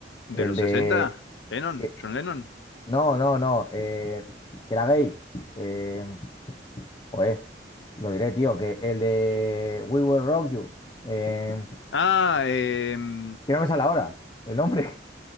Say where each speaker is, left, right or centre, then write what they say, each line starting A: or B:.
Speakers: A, on the left; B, on the left.
A: de
B: El
A: los
B: de...
A: 60. Lennon,
B: eh,
A: John Lennon.
B: no, no, no. eh, que era gay. Em, joder, lo diré, tío. Que el de We Will Rock You. Em,
A: Ah, em,
B: que no me sale ahora el nombre.